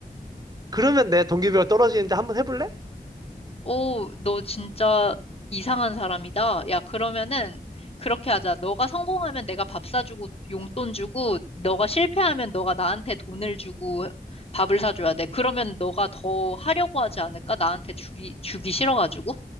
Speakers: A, on the right (about 25°); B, on the left (about 40°).
A: 그러면 내 동기부여가 떨어지는데 한번 해볼래?
B: 오, 너 진짜 이상한 사람이다. 야, 그러면은 그렇게 하자. 너가 성공하면 내가 밥 사주고 용돈 주고, 너가 실패하면 너가 나한테 돈을 주고 밥을 사줘야 돼. 그러면 너가 더 하려고 하지 않을까? 나한테 주기, 주기 싫어가지고.